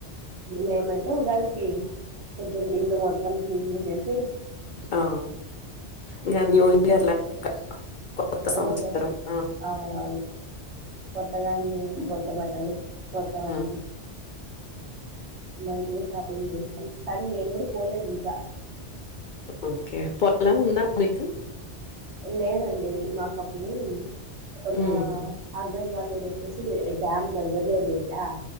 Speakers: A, on the right (about 70°); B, on the left (about 55°).
A: మేమైతే ఉగాది. హి కుంచం ఇల్లు మొత్తం చిమ్మేసేసి.
B: ఆ. ఇగా న్యూ ఇయర్ లెక్క. కొత్త సంవత్సరం.
A: ఓ
B: ఆ!
A: అవునవును కొత్తగాన్ని కో. బట్టలు. కొట్టమని
B: ఆ!
A: మంచిగా షాపింగ్ చేస్త తన్ నేన్ గుడా పోలేదింక.
B: ఉమ్ <unintelligible> కే పాలెం <unintelligible> ఉందా మన ఇంట్లో.
A: లేదండి మాకప్పుడు. అమా
B: హ్మ్.
A: అ. హస్బెండ్ వాళ్లురోచ్చేసి ఈ డ్యామ్ దగ్గరలో ఉంది యా